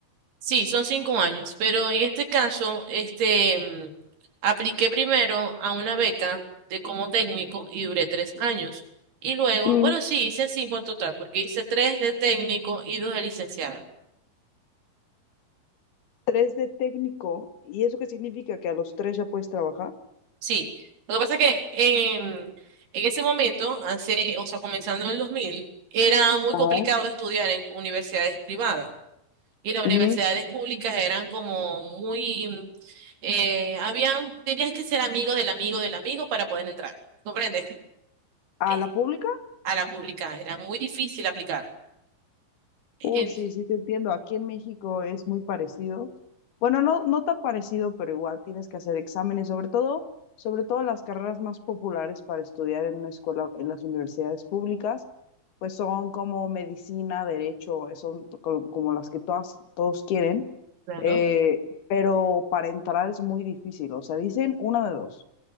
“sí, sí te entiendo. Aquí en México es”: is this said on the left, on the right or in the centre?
Left